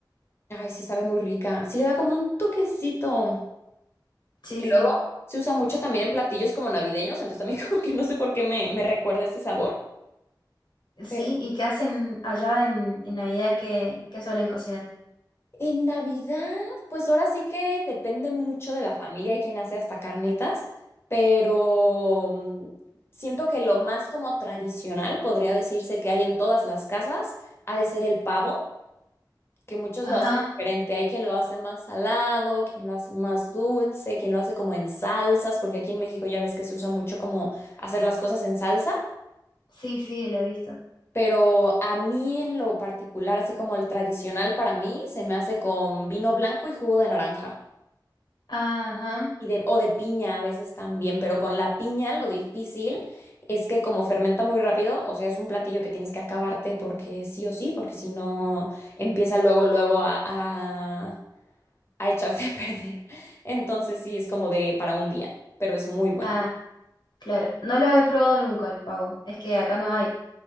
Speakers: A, on the left; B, on the left.
A: Ay, sí, sabe muy rica. Sí, le da como un toquecito.
B: Sí,
A: Que
B: sí.
A: luego se usa mucho también en platillos como navideños, entonces también <laughs> como que no sé por qué me, me recuerda ese sabor.
B: Sí,
A: Pero
B: ¿y qué hacen allá en, en Navidad que, que suelen cocinar?
A: en Navidad, pues ahora sí que depende mucho de la familia y quién hace hasta carnitas, pero mm, siento que lo más como tradicional podría decirse que hay en todas las casas ha de ser el pavo, que muchos
B: Ajá,
A: lo hacen diferente. Hay quien lo hace más salado, quien lo hace más dulce, quien lo hace como en salsas, porque aquí en México ya ves que se usa mucho como hacer las cosas en salsa.
B: sí, sí, lo he visto.
A: Pero a mí en lo particular, así como el tradicional para mí, se me hace con vino blanco y jugo de naranja.
B: Ajá,
A: Y de, o de piña a veces también, pero con la piña lo difícil es que como fermenta muy rápido, o sea, es un platillo que tienes que acabarte porque sí o sí, porque si no empieza luego, luego a, a, a echarse a perder. <laughs> Entonces sí, es como de para un día, pero es muy bueno.
B: ah, claro. No lo he probado nunca el pavo, es que acá no hay.